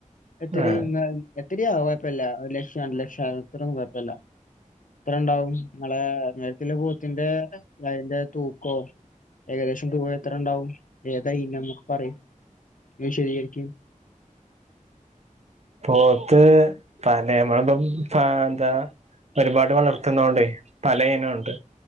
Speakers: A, on the left (about 75°); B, on the right (about 55°).
A: എത്രയും
B: ആഹ്
A: നാൾ ഒത്തിരിയാ കുഴപ്പില്ല ഒരു ലക്ഷം രണ്ട് ലക്ഷം ആ ഇത്രൊന്നും കുഴപ്പില്ല ഇത്ര ഉണ്ടാവും ങ്ങളെ നേരത്തില് പൂത്തിന്റെ അതിന്റെ തൂക്കവും ഏകദേശം തുക എത്രണ്ടാവും ഏ അതായി നമക്ക് പറയും വിശദീകരിക്കും
B: പോത്ത് പല നമ്മളിപ്പം എന്താ പരിപാട് വളർത്തുന്നോണ്ടേ പല ഇനം ഉണ്ട്